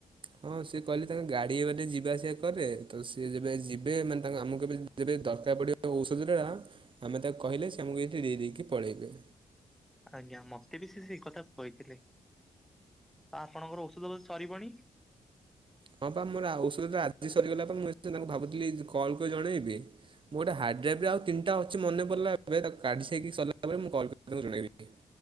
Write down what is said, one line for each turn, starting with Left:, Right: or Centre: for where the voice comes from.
Right: ହଁ ସିଏ କଇଲେ ତାଙ୍କ ଗାଡ଼ି ଏ ବାଟେ ଯିବା ଆସିବା କରେ, ତ ସିଏ ଯେବେ ଯିବେ ମାନେ ତାଙ୍କ ଆମୁକୁ ଏବେ ଯେବେ ଦର୍ ତା ପଡ଼ିବ ତାଙ୍କ ଔଷଦ ଟା ଆମେ ତାକୁ କହିଲେ ସେ ଆମୁକୁ ଏଇଥି ଦେଇ ଦେଇକି ପଳେଇବେ।
Centre: ଆଜ୍ଞା ମତେ ବି ସେ ସେଇ କଥା କହିଥିଲେ, ଆ ଆପଣଙ୍କର ଔଷଦ ବୋଧେ ସରିବଣି?
Right: ହଁ ପା ମୋର ଆଉ ଔଷଦ ଆଜି ସରିଗଲା ପା, ମୁଁ ଏତେ ତାଙ୍କୁ ଭାବୁଥିଲି ଜେ କଲ୍ କରି ଜଣେଇବି। ମୁଁ ଗୋଟେ ହାର୍ଡ଼ ଦେବି ଆଉ ତିନ୍ଟା ଅଛି ମନେ ପରିଲା ଏବେ ତାକୁ ଗାଡସେଇକି ସରିଲା ପରେ ମୁଁ କଲ୍ କରି ତାଙ୍କୁ ଜଣେଇବି।